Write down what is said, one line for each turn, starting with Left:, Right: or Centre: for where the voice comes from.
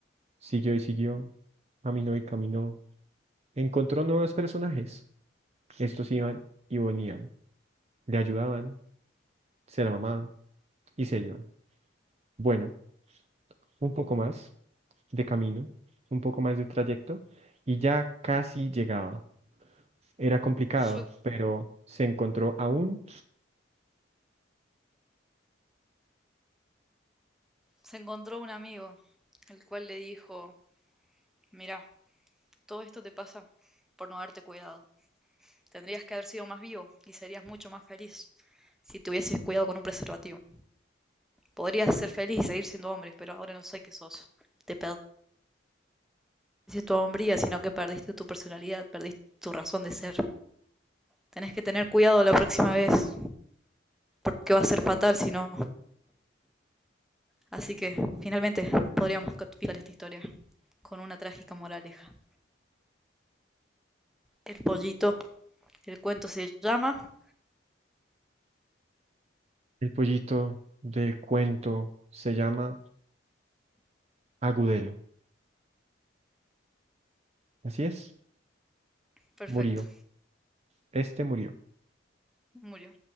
Right: siguió y siguió, caminó y caminó, encontró nuevos personajes, estos iban y venían, le ayudaban, se la mamaban y se iban. Bueno, un poco más de camino, un poco más de trayecto, y ya casi llegaba. Era complicado,
Centre: yo,
Right: pero se encontró aún
Centre: se encontró un amigo, el cual le dijo, mira, todo esto te pasa por no darte cuidado. Tendrías que haber sido más vivo y serías mucho más feliz si te hubieses cuidado con un preservativo. Podrías ser feliz y seguir siendo hombre, pero ahora no sé qué sos. Te perdiste tu hombría, sino que perdiste tu personalidad, perdiste tu razón de ser. Tenés que tener cuidado la próxima vez, porque va a ser fatal si no. Así que, finalmente, podríamos capturar esta historia con una trágica moraleja. El pollito, el cuento se llama...
Right: el pollito del cuento, se llama Agudelo. Así es,
Centre: Perfecto,
Right: murió, este murió.
Centre: murió.